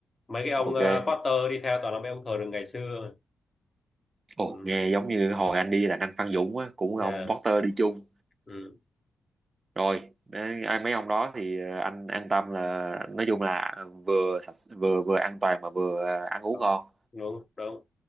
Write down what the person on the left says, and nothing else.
mấy cái ông
ờ, Potter đi theo toàn là mấy ông thờ rừng ngày xưa
ừ.
dạ,
ừ.
Đó.
đúng đúng